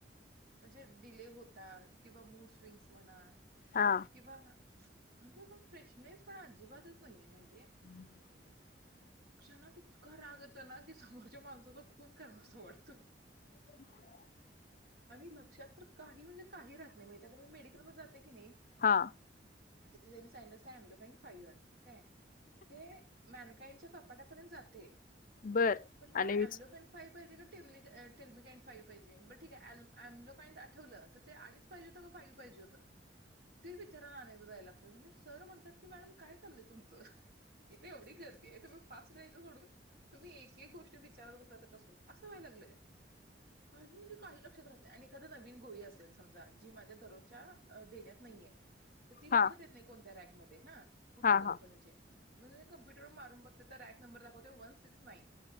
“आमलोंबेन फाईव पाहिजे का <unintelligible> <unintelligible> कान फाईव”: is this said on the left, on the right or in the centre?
Right